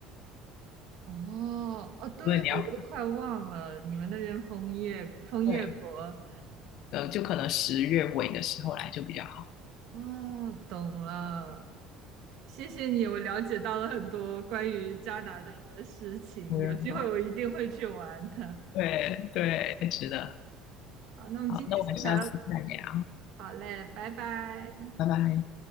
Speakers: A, on the right; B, on the left.
A: 哦哦，对，
B: 因为你要
A: 我都快忘了，你们那边枫叶枫叶国。
B: 对。呃，就可能十月尾的时候来就比较好。
A: 哦，懂了，谢谢你，我了解到了很多关于加拿大的事情，
B: 五月份，
A: 有机会我一定会去玩的。
B: 对对，值得。
A: 好，那我们今天先聊到，
B: 好，那我们下次再聊，
A: 好嘞，拜拜。
B: 拜拜。